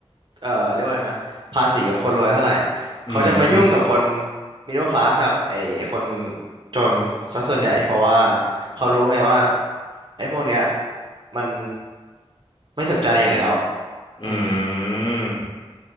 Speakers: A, on the right; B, on the left.
A: เออเรียกว่าไงนะภาษีของคนรวยเท่าไหร่ เขาจะมายุ่งกับคน
B: อืม
A: มิดเดิลคลาสกับไอคนจนซะส่วนใหญ่เพราะว่าเขารู้ไงว่าไอพวกเนี้ยมันไม่สนใจอยู่แล้ว
B: อืม
A: อืม